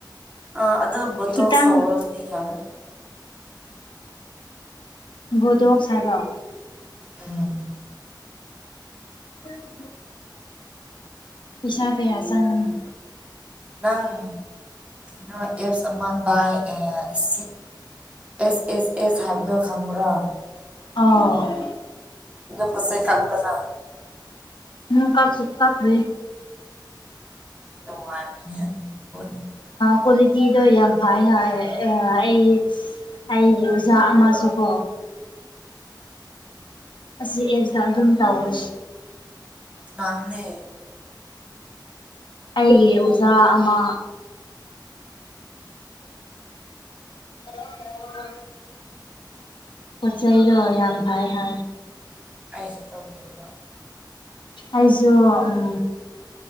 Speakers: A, on the right; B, on the left.
A: ꯑ ꯑꯗꯨꯒ ꯕꯣꯇꯣꯛꯁ
B: ꯈꯤꯇꯪ
A: ꯇꯧꯔꯣ ꯑꯗꯨꯗꯤ ꯌꯥꯔꯦ
B: ꯚꯣꯗꯣꯛꯁ ꯍꯥꯏꯕꯣ
A: ꯎꯝ
B: <unintelligible> ꯄꯩꯁꯥ ꯀꯌꯥ ꯆꯪꯅꯤ
A: ꯅꯪ ꯀꯩꯅꯣ ꯑꯦꯞꯁ ꯑꯃ ꯕꯥꯏ ꯑꯦ ꯁꯤ ꯑꯦꯁ ꯑꯦꯁ ꯑꯦꯁ ꯍꯥꯏꯕꯗꯣ ꯈꯪꯕ꯭ꯔꯥ
B: ꯑꯥ
A: ꯑꯗꯨ ꯄꯣꯠ ꯆꯩ ꯀꯛꯄ꯭ꯔꯥ ꯅꯪ
B: ꯅꯪ ꯀꯛꯁꯨ ꯀꯛꯈ꯭ꯔꯦ
A: ꯅꯨꯡꯉꯥꯢꯕꯅꯤ ꯑꯗꯨ ꯍꯣꯢ
B: ꯀ꯭ꯋꯥꯂꯤꯇꯤꯗꯣ ꯌꯥꯝ ꯐꯥꯏ ꯍꯥꯏ ꯑꯩ ꯑꯩꯒꯤ ꯑꯣꯖꯥ ꯑꯃꯁꯨꯀꯣ ꯑꯁꯤ ꯑꯦꯁꯇ ꯑꯗꯨꯝ ꯇꯧꯋꯦ
A: ꯅꯅꯦ
B: ꯑꯩꯒꯤ ꯑꯣꯖꯥ ꯑꯃ <unintelligible> ꯄꯣꯠ ꯆꯩꯗꯣ ꯌꯥꯝ ꯐꯩ ꯍꯥꯏ
A: ꯑꯩꯁꯨ ꯇꯧꯅꯤꯡꯕ
B: ꯑꯩꯖꯨ ꯎꯝ